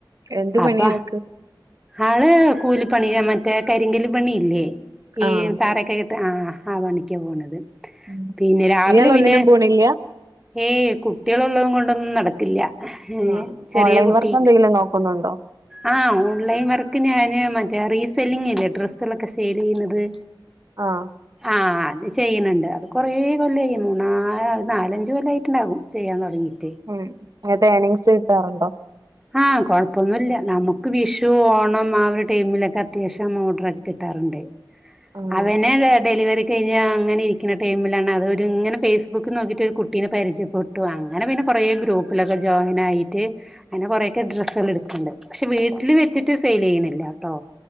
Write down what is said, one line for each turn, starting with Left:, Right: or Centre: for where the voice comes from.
Right: എന്ത്
Centre: അപ്പൊ
Right: പണിയാ ആൾക്ക്
Centre: ആള് കൂലിപ്പണിയാ മറ്റേ കരിങ്കല് പണിയില്ലേ? ഈ
Right: ആഹ്
Centre: തറയൊക്കെ കെട്ട ആഹ് ആ പണിക്കാ പോണത്.
Right: ഉം
Centre: പിന്നെ രാവിലെ
Right: ഇയാൾ ഒന്നിനും
Centre: പിന്നെ
Right: പോണില്ല
Centre: ഏയ് കുട്ടികളുള്ളത് കൊണ്ടൊന്നും നടത്തില്ല. ഏ
Right: ആഹ്
Centre: ചെറിയ
Right: ഓൺലൈൻ
Centre: കുട്ടിയ്ണ്ട്
Right: വർക്ക് എന്തെങ്കിലും നോക്കുന്നുണ്ടോ?
Centre: ആഹ് ഓൺലൈൻ വർക്ക് ഞാന് മറ്റേ റീസെല്ലിങ്ല്ലേ ഡ്രസ്സുകളൊക്കെ സെയിലെയുന്നത്.
Right: ആഹ്
Centre: ആഹ് അത് ചെയ്യണണ്ട് അത് കൊറെേ കൊല്ലായി മൂന്നാനാ നാലഞ്ചകൊല്ലയിട്ടുണ്ടാകും ചെയ്യാൻ തുടങ്ങിട്ട്.
Right: ഉം എന്നിട്ട് എനിങ്സ് കിട്ടാറുണ്ടോ
Centre: ആഹ് കൊഴപ്പൊന്നുമില്ല നമുക്ക് വിഷു ഓണം ആ ഒരു ടീമിലൊക്കെ അത്യാവശ്യം ഓഡറോക്കെ കിട്ടാറുണ്ട്.
Right: ആഹ്
Centre: അവനൊ ഡെലിവറി ശെരിയാ അങ്ങനെ ഇരിക്കുന്ന ടൈമിലാണ് അത് ഒരു ഇങ്ങനെ ഫേസ്ബുക്ക് നോക്കിയിട്ട് ഒരു കുട്ടീനെ പരിജയപ്പോൾ ട്ടു അങ്ങനെ പിന്നെ കുറേ ഗ്രൂപ്പിലൊക്കെ ജോയിൻ ആയിട്ട്. അങ്ങനെ കൊറെക്കെ ഡ്രസ്സുകൾ എടുക്കുന്നുണ്ട് പക്ഷെ വീട്ടിൽ വച്ചിട്ട് സെയിൽ ചെയ്യുന്നില്ലട്ടോ?